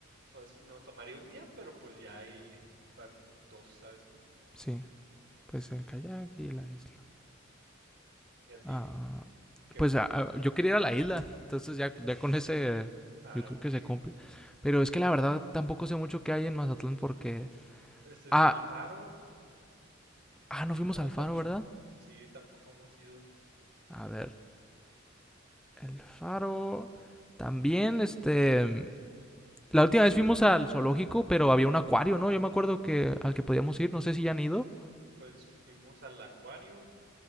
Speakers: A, on the right; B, in the centre.
A: Pues, nos tomaría un día, pero pues ya ahí van dos, ¿sabes cómo?
B: Sí, pues el kayak y la isla.
A: ¿Y a ti?
B: Ah,
A: ¿Qué?
B: pues ah, ah, yo quería ir a la isla. Entonces ya, ya con ese eh,
A: Ah,
B: yo creo
A: ok.
B: que
A: <laughs>
B: se cumple. Pero es que la verdad tampoco sé mucho qué hay en Mazatlán porque...
A: Este está
B: Ah,
A: el faro.
B: ah, no
A: El
B: fuimos
A: faro
B: al faro,
A: también,
B: ¿verdad?
A: sí, tampoco hemos ido.
B: A ver, el faro... También, este... La última vez fuimos al zoológico, pero había un acuario, ¿no? Yo me acuerdo que al que podíamos ir, no sé si ya han ido.
A: Pues fuimos al acuario,